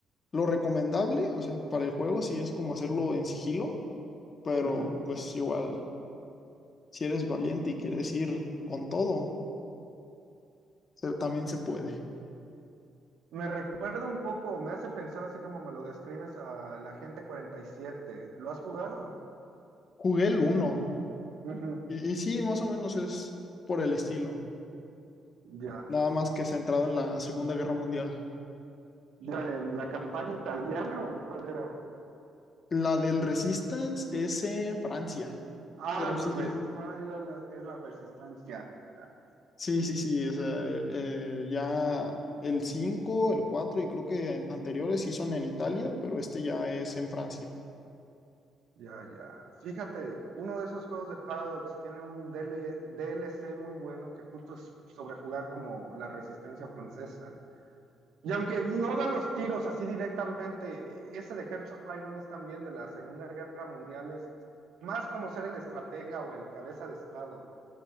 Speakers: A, on the left; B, on the right.
A: lo recomendable, o sea, para el juego sí es como hacerlo en sigilo, pero
B: Ujú.
A: pues igual, si eres valiente y quieres ir con todo, se- también se puede.
B: Me recuerda un poco, me hace pensar así como me lo describes a la Agente Cuarenta y Siete. ¿Lo has jugado?
A: Jugué el uno
B: Ujú.
A: y, y sí, más o menos es por el estilo,
B: Ya.
A: nada más que centrado en la Segunda Guerra Mundial.
B: Ya, ¿En la campaña italiana o en cuál era?
A: La del Resistance es en Francia,
B: Ah,
A: pero
B: la
A: sí,
B: resistencia, es la, la- es la resistencia. Ya,
A: Sí, sí, sí, o sea, eh, ya el 5 el 4 y creo que an- anteriores sí son en Italia, pero este ya es en Francia.
B: ya, ya. Fíjate, uno de esos juegos de Paradox tiene un DL DLC muy bueno que justo es sobre jugar como la resistencia francesa. Y aunque no da los tiros así directamente, ese de Hearts of Iron es también de la Segunda Guerra Mundial, es más como ser el estratega o el cabeza de Estado.